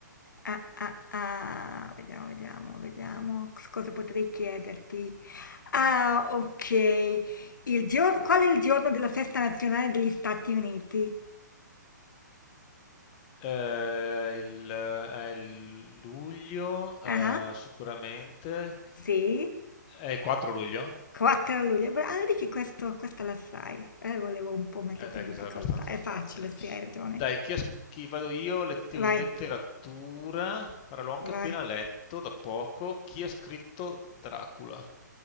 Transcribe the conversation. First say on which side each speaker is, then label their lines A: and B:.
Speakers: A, on the left (about 75°); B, on the left (about 25°).
A: Ah, ah, ah, Vediamo, vediamo, vediamo cos- cosa potrei chiederti. Ah, ok. Il giorno, qual è il giorno della festa nazionale degli Stati Uniti?
B: eh, il, è il luglio eh,
A: Ah,
B: sicuramente,
A: sì,
B: è il 4 luglio,
A: 4 luglio. Bra- Ah, vedi che questo, questa la sai. Eh, volevo un po' metterti
B: eh, dai,
A: in difficoltà.
B: questa è abbastanza
A: È
B: facile.
A: facile, sì, hai ragione.
B: Dai, chi, as- chi vado io? Letti-
A: Vai,
B: letteratura, ora l'ho anche
A: vai.
B: appena letto da poco, chi ha scritto Dracula?